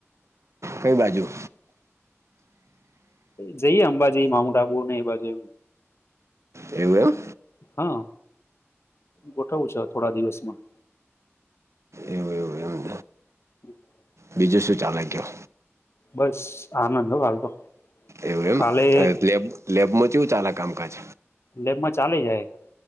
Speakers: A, on the right (about 80°); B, on the left (about 60°).
A: કઈ બાજુ?
B: જઈએ અંબાજી, માઉન્ટ આબુ ને એ બાજુએ
A: એવું એમ.
B: હા ગોઠવું છે હવે થોડા દિવસમાં.
A: એવુ એવુ એમ
B: <inaudible>
A: બીજું શું ચાલે કેવો?
B: બસ આનંદ હો હાલ તો.
A: એવું એમ
B: કાલે
A: અ લેબ લેબમાં કેવું ચાલે કામકાજ.
B: લેબમાં ચાલી જાય.